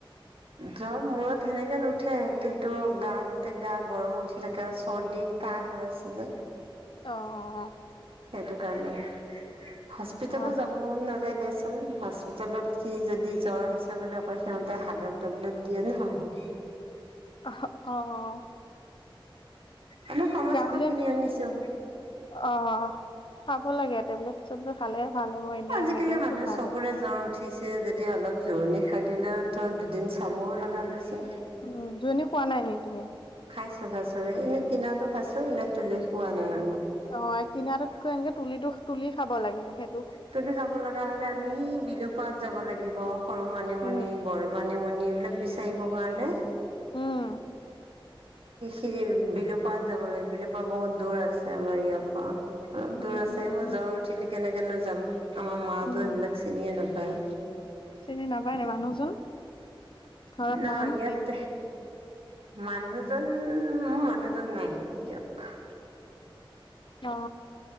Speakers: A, on the right (about 85°); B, on the left (about 60°).
A: জ্বৰ মূৰত সেনেকে নুঠে কিন্তু গা গোটেই গা গৰম উঠি থাকে আৰু চৰ্দি কাহ হৈ আছে যে।
B: অঁ অঁ অঁ।
A: সেইটো কাৰণে, হস্পিতালো
B: অ অ
A: যাব মন নাযায় দিয়াচ হস্পিতেলত সি যদি জ্বৰ হৈছে বুলি কয় সিহঁতে হাগাৰ টেবলেট দিয়ে নহয়।
B: অহ অঁ।
A: আমি ফাৰ্মাচীৰ
B: গাঁৱলীয়া
A: পৰা কিনি
B: কিবা
A: আনিছো
B: অহ খাব লাগে টেবলেট। চবতো খালেহে ভাল হব' এনে
A: আজিকালি
B: এনেকে
A: মানুহ
B: ক'ত ভাল
A: চবৰে
B: হ'ব।
A: জ্বৰ উঠিছে যেতিয়া অলপ জোৰণি খায় দিলেও ধৰ দুদিন চাবও লগা হৈছে।
B: উম জোৰণী খোৱা নাই নেকি তুমি?
A: খাইছো খাইছো এনে কিনাটো খাইছো, এনেই তুলি খোৱা নাই আৰু।
B: অহ কিনাটোতকৈ এনেকে তুলিটো তুলি খাব লাগে হেট
A: তুলি খাব লগা হলে আমি বিলোপাৰত যাব লাগিব, সৰু মানিমুনি
B: উম
A: বড় মানিমুনি এইবিলাক বিচ চাৰিব কাৰনে।
B: উম।
A: ই বিলুপাৰত যাব লাগে বিলুপাৰ বহুত দূৰ আছে আমাৰ ইয়াৰ পৰা। অলপ
B: উম
A: দূৰ আছে
B: উম
A: মই জ্বৰ উঠিলি কেনেকেনো যাম, আমাৰ মাতো
B: উম
A: সেইবিলাক চিনিয়ে নাপায়।
B: চিনি নাপায় নি মানুহজন ঘৰত
A: ন
B: নাই নেকি?
A: ইয়াত মানুহজন মোৰ মানুহজন নাই দিয়ক।
B: অঁ।